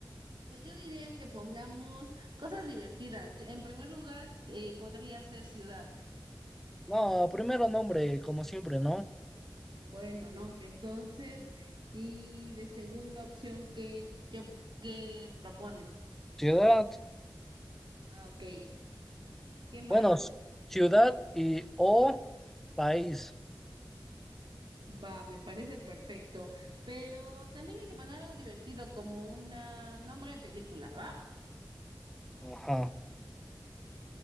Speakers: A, on the right; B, in the centre.
A: Pues yo diría que pongamos cosas divertidas. En primer lugar, eh, podría ser ciudad.
B: No, primero nombre, como siempre, ¿no?
A: Bueno, nombre, entonces, y de segunda opción, ¿qué, qué, qué propones?
B: Ciudad.
A: Ah, ok. ¿Qué más?
B: Bueno, s- ciudad y o país.
A: Va, me parece perfecto, pero también hay que poner algo divertido como un nombre de película, ¿va?
B: Ajá.